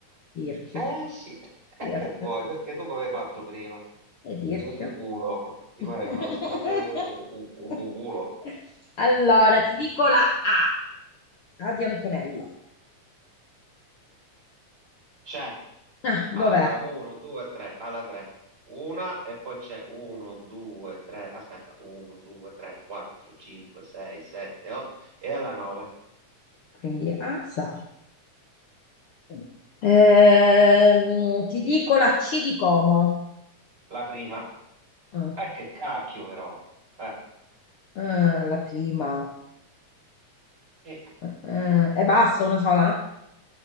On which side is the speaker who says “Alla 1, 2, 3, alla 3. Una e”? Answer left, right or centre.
Right